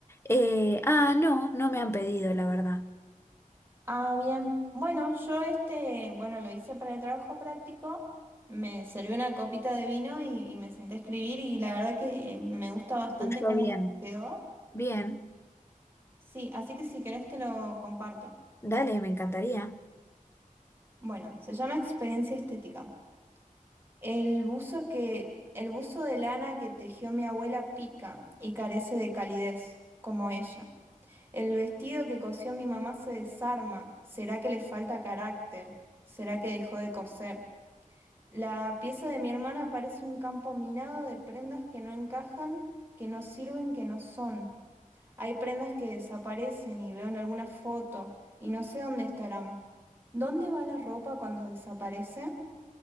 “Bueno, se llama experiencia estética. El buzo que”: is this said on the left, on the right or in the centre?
Right